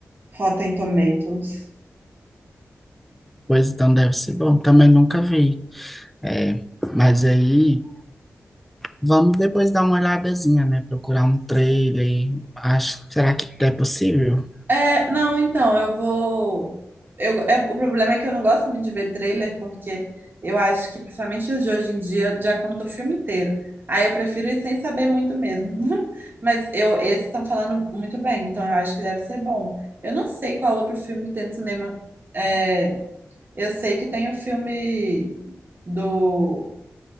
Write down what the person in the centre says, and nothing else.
Pois então deve ser bom, também nunca vi. É, mas aí. Vamos depois dar uma olhadazinha, né? Procurar um trailer. Acho, será que é possível?